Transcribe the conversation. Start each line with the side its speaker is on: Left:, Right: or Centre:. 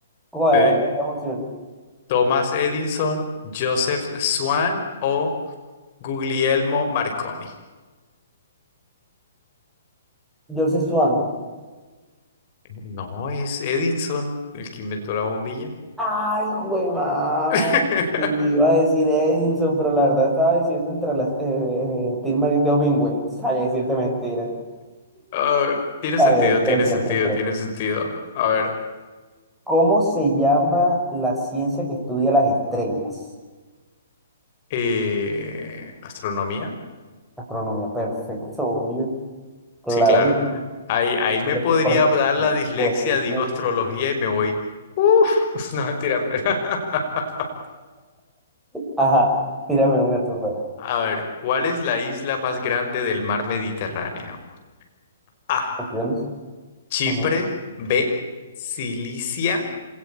Centre: ¿Cuál
Left: Te di-
Centre: es la emoción?
Left: Thomas Edison, Joseph Swan o Guglielmo Marconi.
Centre: Joseph Swan.
Left: No, es Edison el que inventó la bombilla.
Centre: Ay, güey, madre.
Left: <laughs>
Centre: Y Yo iba a decir Edison, pero la verdad estaba diciendo entre las eh, eh, Tilmarín de Opingüe. Sabía decirte mentira.
Left: Ah, tiene
Centre: A
Left: sentido,
Centre: ver,
Left: tiene
Centre: tres tres
Left: sentido,
Centre: tres tres
Left: tiene sentido. A ver,
Centre: ¿Cómo se llama la ciencia que estudia las estrellas?
Left: eh, ¿astronomía?
Centre: Astronomía, perfecto, obvio. Claro
Left: Sí, claro.
Centre: que sí.
Left: Ahí, ahí me
Centre: pero
Left: podría
Centre: por
Left: dar la dislexia,
Centre: supuestísimo
Left: digo astrología
Centre: que sí.
Left: y me voy. Uf, <laughs> no mentira. pero- <laughs>
Centre: Ajá, tírame una tú, pues.
Left: A ver, ¿cuál es la isla más grande del mar Mediterráneo? A.
Centre: Opciones.
Left: Chipre.
Centre: Ujú,
Left: B. Cilicia.